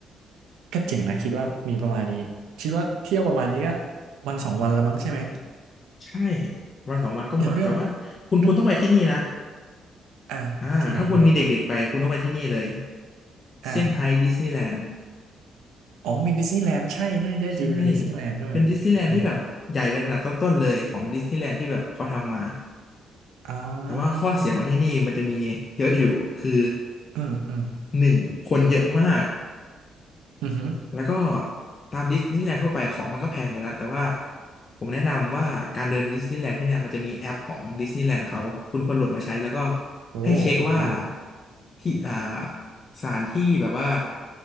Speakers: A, on the right; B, on the left.
A: ก็เจริงนะคิดว่ามีประมาณนี้คิดว่าเที่ยวประมาณนี้ก็วันสองวันละมั้งใช่ไหม
B: ใช่วันสองวันก็หมดแต่ว่าคุณคุณต้องไปที่นี่นะ
A: แล้วเรื่องเรื่องอ่ะที่ไหนที่ไหนครับ
B: อ่าถ้าคุณมีเด็กๆไปคุณต้องไปที่นี่เลย
A: อ่า
B: เซี่ยงไฮ้ดิสนีย์แลนด์
A: อ๋อมีดิสนีย์แลนด์ใช่ใช่ใช่จีนมีดิสนีย์แลนด์ด้วยโอเค
B: ใช่เป็นดิสนีย์แลนด์ที่แบบใหญ่เป็นอันดับต้นๆเลยของดิสนีย์แลนด์ที่แบบเขาทำมา
A: อ่า
B: แต่ว่าข้อเสียของที่นี่มันจะมีเยอะอยู่คือ
A: อืมอืม
B: หนึ่งคนเยอะมาก
A: อือหือ
B: แล้วก็ตามดิสนีย์แลนด์ทั่วไปของมันก็แพงอยู่แล้วแต่ว่าผมแนะนำว่าการเดินดิสนีย์แลนด์ที่เนี่ยมันจะมีแอปของดิสนีย์แลนด์เขาคุณควรโหลดมาใช้แล้วก็
A: โอ้โอเค
B: ให้เช็คว่าที่อ่าสถานที่แบบว่า